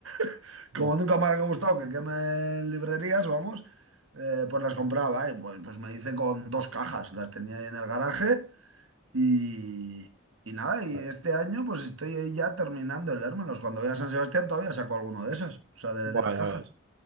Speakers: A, on the right; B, on the right.
A: <laughs>
B: Buah,
A: como nunca me ha gustado que quemen librerías, vamos, eh, pues las compraba, y pues, pues me hice con dos cajas, las tenía ahí en el garaje. Y, y nada,
B: ya
A: y este
B: ves.
A: año pues estoy ahí ya terminando de leérmelos. Cuando voy a San Sebastián todavía saco alguno de esas o sea, de,
B: Buah,
A: de las
B: ya
A: cajas.
B: ves.